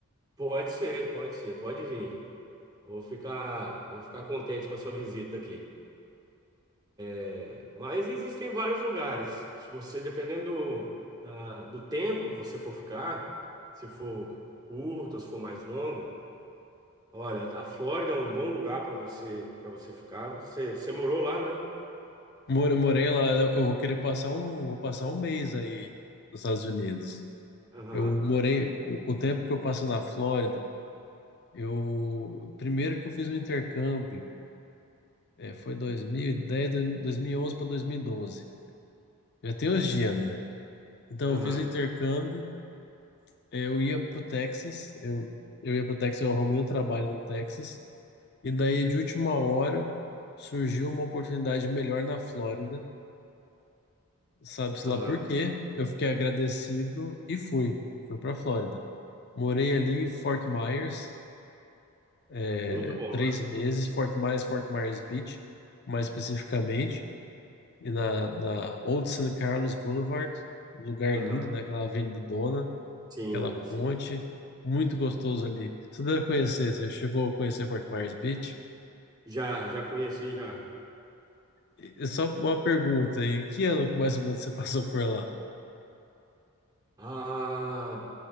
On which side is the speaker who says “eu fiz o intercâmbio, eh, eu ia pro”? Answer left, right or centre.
Left